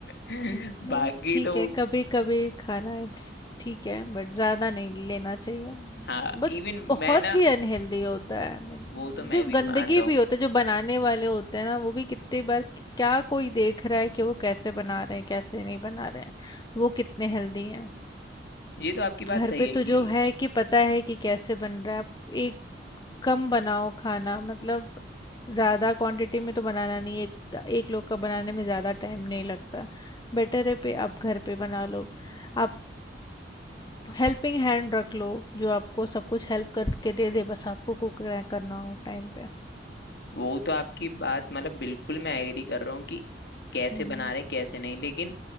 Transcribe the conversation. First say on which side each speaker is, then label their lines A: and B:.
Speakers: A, on the left; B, on the left.
A: है
B: अच्छा,
A: <laughs>
B: नहीं
A: बाकी
B: ठीक
A: तो
B: है कभी कभी खाना it's- ठीक है बट ज्यादा नहीं लेना चाहिए
A: हाँ
B: बट
A: इवन
B: बहुत
A: मैं ना
B: ही अनहेल्दी होता है आई मीन
A: वो तो मैं
B: देखो
A: भी
B: गंदगी
A: मानता हूँ
B: भी होता है जो बनाने वाले होते हैं ना वो भी कितनी बार कि- क्या कोई देख रहा है कि वो कैसे बना रहे हैं कैसे नहीं बना रहे हैं वो कितने हेल्दी
A: ये तो आपकी बात
B: घर
A: सही
B: पे
A: है
B: तो
A: कि
B: जो है कि पता है कि कैसे बन रहा है आप एक कम बनाओ खाना मतलब ज़्यादा क्वांटिटी में तो बनाना नहीं एक एक लोग का बनाने में ज़्यादा टाइम नहीं लगता बेटर है पे आप घर पे बना लो आप हेल्पिंग हैंड रख लो जो आपको सब कुछ हेल्प करके दे दे बस आपको कुक करना हो टाइम पे
A: वो तो आपकी बात मतलब बिल्कुल मैं एग्री कर रहा हूँ कि कैसे
B: हम्म हम्म
A: बना रहे कैसे नहीं लेकिन